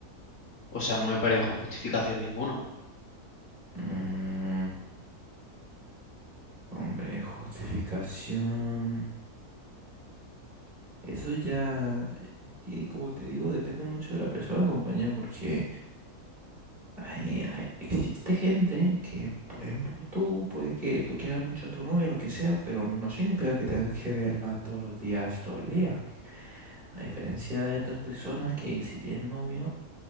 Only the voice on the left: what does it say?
O sea, no me parece justificación ninguna.